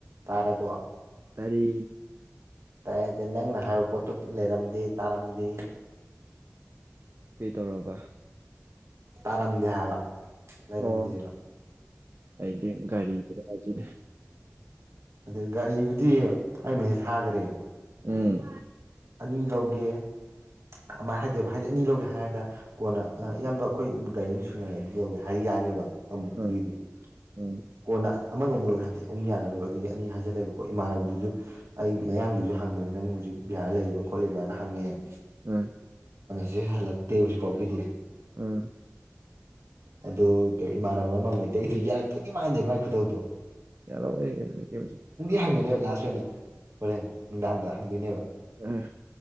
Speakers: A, on the right; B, on the right.
A: ꯇꯥꯔꯔꯕ
B: ꯇꯔꯦ
A: ꯇꯥꯏ ꯅꯪꯅ ꯍꯥꯏꯕ ꯄꯣꯠꯇꯨ ꯂꯩꯔꯝꯗꯦ ꯇꯥꯔꯝꯗꯦ
B: ꯀꯩ ꯇꯧꯔꯕ
A: ꯇꯥꯔꯝꯗꯦ ꯍꯥꯏꯕ ꯂꯩꯔꯝꯗꯦꯕ
B: ꯑꯣ ꯑꯩꯗꯤ ꯒꯥꯔꯤꯁꯤꯁꯤꯗꯤ
A: ꯑ ꯒꯥꯔꯤꯕꯨꯗꯤ ꯑꯩ ꯉ ꯊꯥꯈ꯭ꯔꯦ
B: ꯎꯝ
A: ꯑꯅꯤ ꯂꯧꯒꯦ ꯑꯗꯨꯃꯥꯏꯅ ꯍꯥꯏꯗꯣꯏꯕ ꯍꯥꯏꯗꯤ ꯑꯅꯤ ꯂꯧꯒꯦ ꯍꯥꯏꯔꯒ ꯀꯣꯟꯅ ꯏꯌꯥꯝꯕ ꯑꯩꯈꯣꯏ ꯒꯥꯔꯤ ꯑꯃ ꯁꯨꯅꯔꯦ ꯑꯗꯨ ꯂꯧꯒꯦ ꯍꯥꯏꯗꯤ ꯌꯥ ꯌꯥꯅꯦꯕ ꯑꯃꯨꯛ
B: ꯎꯝ
A: ꯑꯗꯨꯏꯗꯤ
B: ꯎꯝ
A: ꯀꯣꯟꯅ ꯑꯃꯒ ꯑꯃꯨꯛ ꯂꯧꯒꯦ ꯍꯥꯏꯕꯗꯤ ꯑꯃꯨꯛ ꯌꯥꯅꯔꯕ ꯑꯗꯒꯤ ꯑꯅꯤ ꯍꯥꯏꯖꯜꯂꯦꯕꯀꯣ ꯏꯃꯥꯟꯅꯕꯗꯨꯁꯨ ꯑꯩ ꯃꯌꯥꯡꯗꯨꯁꯨ ꯍꯪꯕꯅꯤ ꯅꯪ ꯍꯧꯖꯤꯛ ꯕꯤꯍꯥꯔ ꯂꯩꯔꯤꯕ ꯈꯣꯠꯂꯤꯕꯅ ꯍꯪꯉꯦ
B: ꯑꯥ
A: ꯁꯤ ꯍꯜꯂꯛꯇꯦ ꯍꯧꯖꯤꯛꯐꯥꯎꯒꯤꯗꯤ
B: ꯑꯥ
A: ꯑꯗꯨꯗ ꯏꯃꯥꯟꯅꯕ ꯑꯃ ꯃꯩꯇꯩꯗꯨ ꯌꯥꯔꯛꯇꯣꯏꯗꯤ ꯃꯥꯟꯗꯦ ꯃꯥꯏ ꯈꯨꯊꯧꯧꯗꯣ
B: ꯌꯥꯂꯣ ꯑꯣꯏꯣꯏ ꯀ ꯆ
A: ꯍꯪꯒꯅꯦꯕ ꯂꯥꯁ ꯑꯣꯏꯅ ꯍꯣꯔꯦꯟ ꯅꯨꯡꯗꯥꯡꯗ ꯍꯪꯗꯣꯏꯅꯦꯕ
B: ꯎꯝ